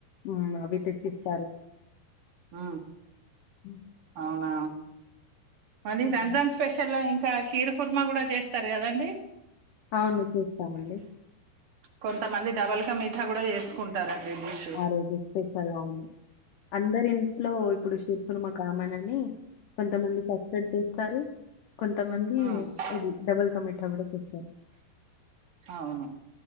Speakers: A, on the left; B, on the right.
A: హు అవి తెచ్చిస్తారు
B: హ
A: హ్మ్.
B: అవునా మరి
A: హ్మ్.
B: రంజాన్ స్పెషల్ లో ఏం ఇంకా శీర కుర్మ కూడా చేస్తారు కదండి
A: అవును. చేస్తామండి.
B: కొంతమంది డబల్ కా మీఠా కూడా చేసుకుంటారండి డిష్
A: ఆ రోజు స్పెషల్ అవును అందరి ఇంట్లో ఇప్పుడు షిర్ కూర్మ కామనని కొంతమంది సప్రెడ్ చేస్తారు కొంతమంది
B: ఆ ఆ
A: ఇది డబుల్ కా మీఠా కూడ ఇస్తర్
B: అవును